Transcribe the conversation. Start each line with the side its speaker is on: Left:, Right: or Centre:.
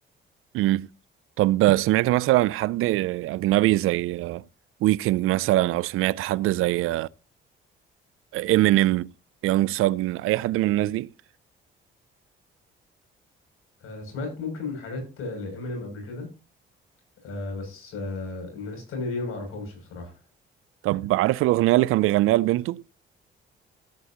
Right: مم. طب سمعت مثلا حد أجنبي زي ويكند مثلا أو سمعت حد زي إمينيم يونج ساجن أي حد من الناس دي
Left: آه سمعت ممكن حاجات آه، لإمينيم قبل كده آه بس آه الناس التانية دي ما أعرفهمش بصراحة
Right: طب عارف الأغنية اللي كان بيغنيها لبنته